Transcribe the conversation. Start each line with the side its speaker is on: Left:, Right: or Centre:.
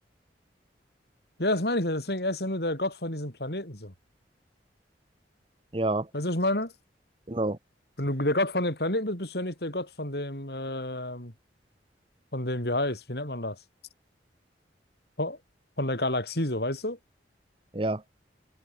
Left: Ja, das meine ich ja, deswegen, er ist ja nur der Gott von diesem Planeten so.
Right: Ja,
Left: Weißt du, was ich meine?
Right: genau.
Left: Wenn du der Gott von dem Planeten bist, bist du ja nicht der Gott von dem, ähm, von dem, wie heißt, wie nennt man das? Von von der Galaxie, so, weißt du?
Right: Ja,